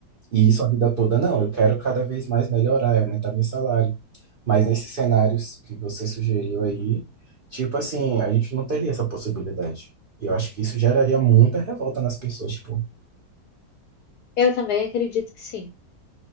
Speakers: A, on the right; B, on the left.
A: E isso a vida toda não, eu quero cada vez mais melhorar, e aumentar meu salário. Mas nesses cenários que você sugeriu aí, tipo assim, a gente não teria essa possibilidade. E eu acho que isso geraria muita revolta nas pessoas, tipo,
B: eu também acredito que sim.